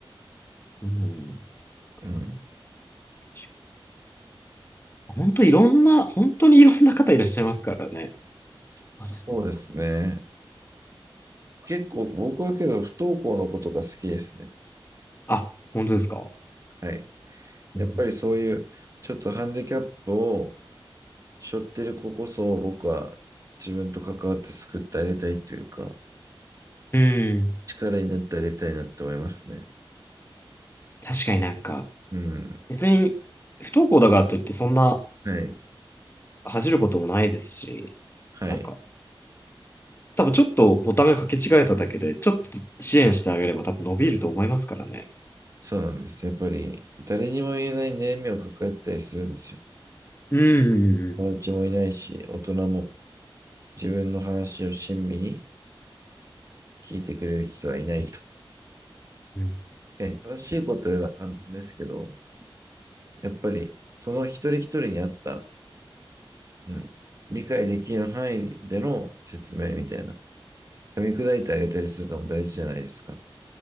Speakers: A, on the left; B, on the right.
A: うん。クリ
B: うん、
A: 確かに本当いろんな、本当にいろんな方いらっしゃいますからね。
B: そうですね。
A: なるほど
B: 結構僕はけど不登校の子とか好きですね。
A: あ、本当ですか。
B: はい。やっぱりそういうちょっとハンディキャップを
A: うん
B: 背負ってる子こそ僕は自分と関わって救ってあげたいというか
A: うん。
B: 力になってあげたいなって思いますね。
A: 確かになんか、
B: うん。
A: 別に不登校だからといってそんな
B: はい。
A: 恥じることもないですし、
B: はい。
A: なんか、多分ちょっとボタンが掛け違えただけで、ちょっと支援してあげれば多分伸びると思いますからね。
B: そうなんです。やっぱり誰にも言えない悩みを抱えてたりするんですよ。
A: うん、うん、う
B: 友達もいないし、大人も自分の話を親身に聞いてくれる人はいないと。
A: ん。うん
B: 確かに正しいこと言うのは簡単ですけど、やっぱりその一人一人に合ったうん、理解できる範囲での説明みたいな。噛み砕いてあげたりするのも大事じゃないですか。